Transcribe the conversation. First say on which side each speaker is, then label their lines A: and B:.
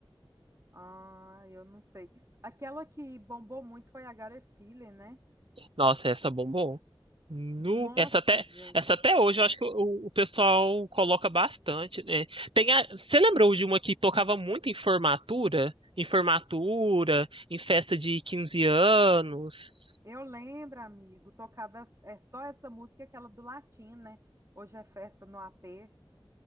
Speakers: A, on the right (about 35°); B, on the right (about 70°).
A: Ah, eu não sei. Aquela que bombou muito foi a Gary Filler, né?
B: Nossa, essa bombou. Nu.
A: Nossa,
B: Essa até,
A: gente.
B: essa até hoje eu acho que o, o pessoal coloca bastante, né? Tem a, você lembrou de uma que tocava muito em formatura? Em formatura, em festa de 15 anos.
A: Eu lembro, amigo, tocava é só essa música, aquela do latim, né? Hoje é festa no AP.